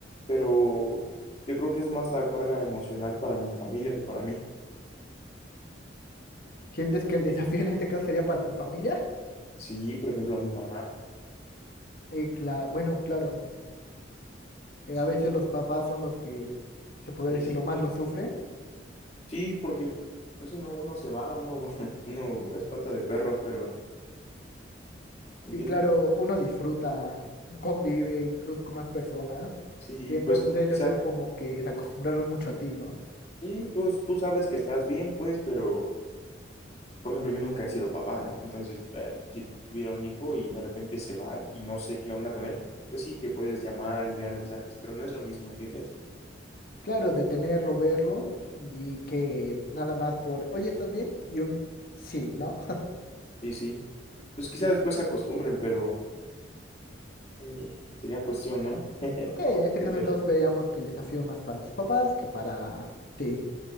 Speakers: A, on the left (about 35°); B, on the left (about 50°).
A: Pero yo creo que es más la carga emocional para mi familia que para mí.
B: ¿Sientes que el desafío en este caso sería para tu familia?
A: Sí, por ejemplo, a mi mamá.
B: Eh, cla- bueno, claro, eh,
A: Sí,
B: a veces
A: yo
B: los
A: creo
B: papás
A: que
B: son los que, se podría
A: sí,
B: decir,
A: sí.
B: lo más lo sufren.
A: Sí, porque, pues si no, uno se va, uno, <laughs> uno es pata de perro, pero, ¿entiendes?
B: Sí, claro, uno disfruta, convive incluso con unas personas,
A: Sí,
B: y
A: y
B: entonces
A: pues tú
B: ellos
A: quizá,
B: es como que se acostumbraron mucho a ti, ¿no?
A: sí, tú, tú sabes que estás bien, pues, pero, por ejemplo, yo nunca he sido papá, ¿no? Entonces, eh, si tuviera un hijo y de repente se va y no sé qué onda con él, pues sí que puedes llamar, enviar mensajes, pero no es lo mismo, ¿entiendes?
B: Claro, de tenerlo, verlo, y que nada más por, oye, ¿estás bien? Y un sí, ¿no?
A: Sí, sí. Pues quizá
B: Sí.
A: después se acostumbren, pero eh, sería cuestión, ¿no? <laughs> De
B: Ok, en este caso
A: ver.
B: entonces veríamos que el desafío más para tus papás que para ti.